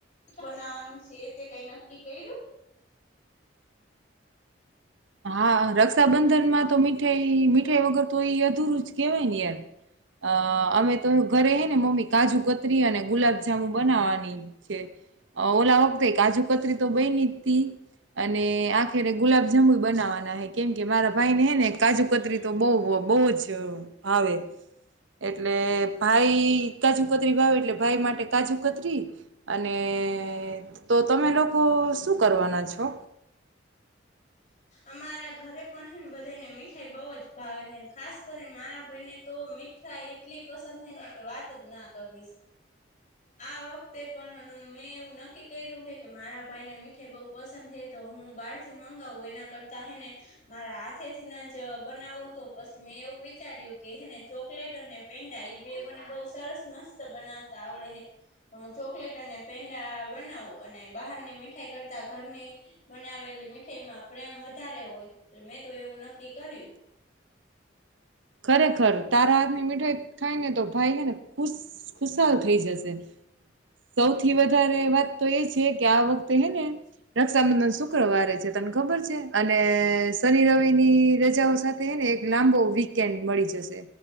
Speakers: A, on the left; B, on the right.
A: <unintelligible> બનાવાનું છે તે કઈ નક્કી કર્યું? <inaudible>
B: હા રક્ષાબંધનમાં તો મીઠાઈ મીઠાઈ વગર તો એ અધુરું જ કેહેવાય ને યાર અ અમે તો ઘરે હે ને મમ્મી કાજુ કતરી અને ગુલાબજામુ બનાવાની છે. ઓલા વખતે કાજુ કતરી તો બયનીતી અને આખેરે ગુલાબજાંબુ બનાવાના હે કેમ કે મારા ભાઈને હે ને કાજુ કતરી તો બોવ બોવ જ ભાવે. એટલે ભાઈ કાજુ કતરી ભાવે એટલે ભાઈ માટે કાજુ કતરી અને એ તો તમે લોકો શું કરવાના છો?
A: અમારા ઘરે પણ હે ને બ બધાય ને મીઠાઈ બહુ જ ભાવે હે ન ખાસ કરીને મારા ભાઈને તો મીઠાઈ એટલી પસંદ હે ને વાત જ ના કરીશ. આ વખતે પણ મેં એવું નક્કી કર્યું હે કે મારા ભાઈને મીઠાઈ બઉુ પસંદ હે તો હું બાર થી મગાવું એના કરતા હે ને મારા હાથેથીન જ બનાવું તો પછી મેં એવું વિચાર્યું કે હે ને ચોકલેટ અને પેંડા એ બે મને બોવ સરસ મસ્ત બનાવતા આવડે હે. હું ચોકલેટ અને પેંડા બનાવું અને બહારની મીઠાઈ કરતા ઘરની, બનાવેલી એમાં પ્રેમ વધારે હોય એટલે મેં તો એવું નક્કી કર્યું.
B: ખરેખર તારા હાથની મીઠાઈ ખાય ને તો ભાઈ હેને ખુશ ખુશાલ થઈ જશે. સૌથી વધારે વાત તો એ છે કે આ વખતે હે ને, રક્ષાબંધન શુક્રવારે છે. ખબર છે અને શનિ રવિ ની રજાઓ સાથેને એક લાંબો વ કે મળી જશે,